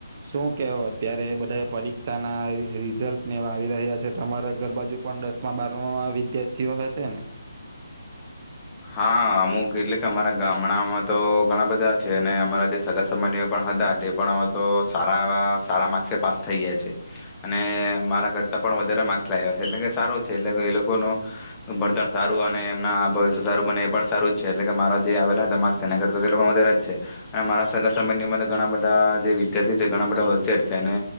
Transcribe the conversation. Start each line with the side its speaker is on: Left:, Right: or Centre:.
Right: શું કેવો અત્યારે બધાએ પરીક્ષા ના રી રિઝલ્ટ ને આવી રહ્યા છે, તમારે ઘર બાજુ પણ દસમાં, બારમા વિદ્યાર્થીઓ હશે ને?
Left: હા અમુક એટલે કે અમારા ગામડામાં તો ઘણા બધા છે. ને અમારા જે સગા સંબંધીઓ પણ હતા, તે પણ તો સારા એવા સારા માર્ક્સે પાસ થઈ ગયા છે. અને અમારા કરતા પણ વધારે માર્ક્સ લાવ્યા છે. એટલે કે સારું છે. એટલે કે એ લોકોનું ભણતણ સારું અને એમના ભવિષ્ય સારું મને એ પણ સારું જ છે. એટલે કે મારા જે આવેલા હતા માર્ક્સ એના કરતા તો એ લોકોના વધારે જ છે. અને મારા સગા સંબંધી માતો ઘણા બધા જે વિદ્યાર્થી છે. ઘણા બધા હોશિયાર છે ને